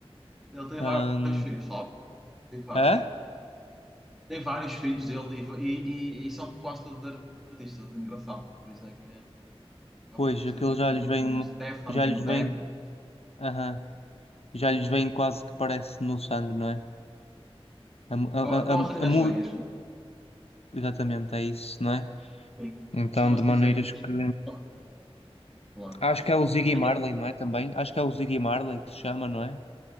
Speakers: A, in the centre; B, on the left.
A: Ele tem
B: Ahm,
A: vários filhos, sabe? Tem vários.
B: hã?
A: Tem vários filhos ele e, e- e- e são quase todos artistas, é engraçado. Por isso é que acaba
B: Pois,
A: por
B: aquilo
A: ser aqui.
B: já lhes vem,
A: Tem
B: uma-
A: o Stefan,
B: já
A: tem
B: lhes
A: o Demi.
B: vem, aham, já lhes vem quase que parece no sangue, não é? A, mu- a, a,
A: Co- Corre-lhe
B: a- a
A: nas
B: mu-
A: veias. como
B: exatamente, é isso, não é?
A: se diz.
B: Então,
A: Costuma-se
B: de maneiras
A: dizer que eles
B: que.
A: correm, claro.
B: Acho que é o Ziggy
A: Diga-
B: Marley, não é? Também. Acho que é o Ziggy Marley que se chama, não é?